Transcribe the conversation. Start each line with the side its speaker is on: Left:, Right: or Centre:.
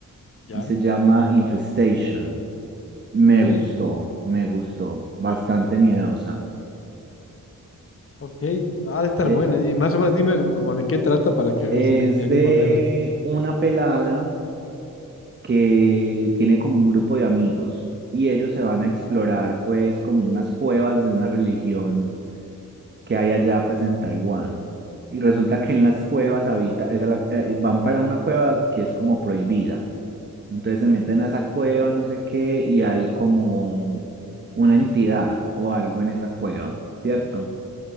Left: ya,
Right: Y se llama Infestation. Me
Left: ok,
Right: gustó, me gustó. Bastante miedosa.
Left: ok. Ha de estar
Right: Eh,
Left: bueno. Y más o menos dime como de qué trata para que a ver
Right: es
Left: si me, me animo
Right: de
Left: a verla.
Right: una pelada que tiene como un grupo de amigos y ellos se van
Left: Ah,
Right: a explorar pues como unas cuevas de una religión que hay allá pues en Taiwán. Y resulta que
Left: ok.
Right: en las cuevas habita, esa la- eh, van para una cueva que es como prohibida. Entonces se meten
Left: ¿no?
Right: a esa cueva, no sé qué, y hay como un- una entidad o algo en esa cueva, ¿cierto?
Left: Ok.